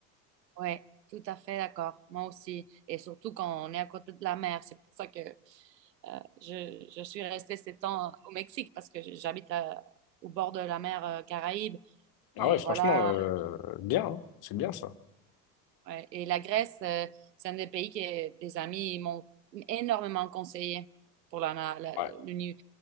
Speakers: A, on the right; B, on the left.
A: ouais, tout à fait d'accord. Moi aussi. Et surtout quand on est à côté de la mer. C'est pour ça que euh, je, je suis restée sept ans au Mexique parce que j'habite à- au bord de la mer euh, Caraïbe.
B: Ah
A: Et
B: ouais, franchement,
A: voilà,
B: euh, bien, hein. C'est bien ça.
A: Ouais. Et la Grèce, euh, c'est un des pays que des amis m'ont énormément conseillé pour la, la, la,
B: Ouais.
A: l'uni-